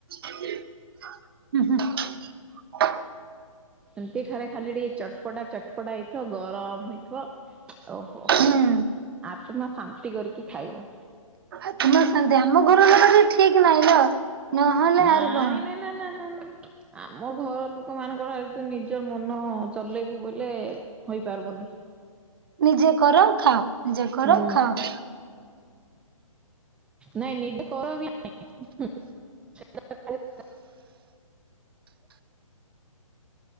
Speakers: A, on the right; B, in the centre.
A: ଉଁ, ହୁଁ।
B: ଏମତି ଠାରେ ଖାଲି ଟିକେ ଚଟପଟା ଚଟପଟା ହେଇଥିବ, ଗରମ ହେଇଥିବ। ଓହୋ!
A: ହୁଁ
B: ଆତ୍ମା ଶାନ୍ତି କରିକି ଖାଇବ।
A: ଆତ୍ମା ଶାନ୍ତି ଆମ ଘର ଲୋକ <unintelligible> ଠିକ ନାହିଁ ଲୋ। ନହେଲେ
B: ନାଇଁ
A: ଆର କଣ
B: ନା, ନା, ନା, ନା, ନା। ଆମ ଘର ଲୁକ ମାନଙ୍କର ଏତେ ନିଜ ମନ ଜଲେଇବୁ ବୋଲେ ହୋଇପାରବନି।
A: ନିଜେ କର ଖାଅ, ନିଜେ କର
B: ହୁଁ
A: ଖାଅ।
B: ନାଇଁ ନିଜେ କର ବି ନାଇଁ, <inaudible>